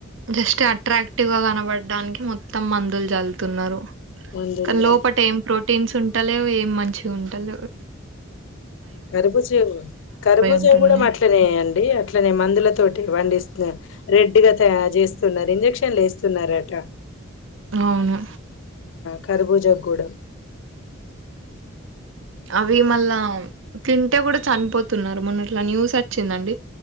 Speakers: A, on the right (about 65°); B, on the left (about 65°).
A: జస్ట్ అట్రాక్టివ్ గా కనబడడానికి మొత్తం మందులు చల్లుతున్నారు
B: మందులు
A: కా
B: జల్
A: లోపట ఏం ప్రోటీన్స్ ఉం ఉంటలేవు ఏం మంచిగా ఉంటలేవు
B: కరుబూచేవు కరుబూచేవు
A: ఉంటున్నాయి.
B: కూడా అట్లనేండి అట్లనే మందుల తోటి వండిస్తు రెడ్గా చేస్తున్నారు ఇంజెక్షన్లు వేస్తున్నారట
A: అవును
B: కరబూజగూడెం
A: అవి మళ్ళా తింటే కూడా చనిపోతున్నారు మొన్న ఇట్లా న్యూస్ వచ్చిందండి